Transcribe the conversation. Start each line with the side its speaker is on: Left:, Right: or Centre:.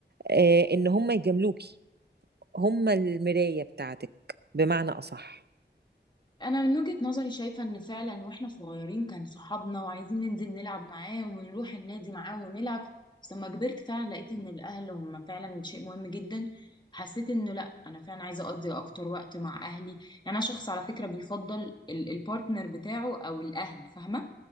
Right: آه، ان هم يجاملوكي هم المراية بتاعتك بمعنى أصح
Left: انا من وجهة نظري شايفة ان فعلا واحنا صغيرين كان صحابنا وعايزين ننزل نلعب معاه ونروح النادي معاه ونلعب بس لما كبرت فعلا لقيت ان الاهل هم فعلا شيء مهم جدا حسيت انه لا انا فعلا عايزه اقضي اكتر وقت مع اهلي يعني انا شخص على فكره بيفضل ال- البارتنر بتاعه او الاهل فاهمه